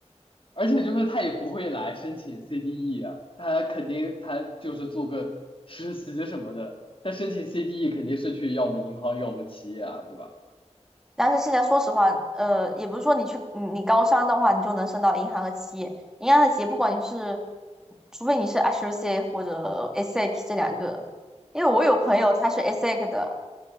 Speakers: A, on the left; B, in the centre.
A: 而且就是他也不会来申请 CDE 啊，他肯定他就是做个实习什么的，他申请 CDE 肯定是去要么银行，要么企业啊，对吧？
B: 但是现在说实话，呃，也不是说你去你你高商的话，你就能升到银行和企业。银行和企业，不管你是，除非你是 a s o c i a t e 或者 e x c 这两个，因为我有朋友他是 exec 的，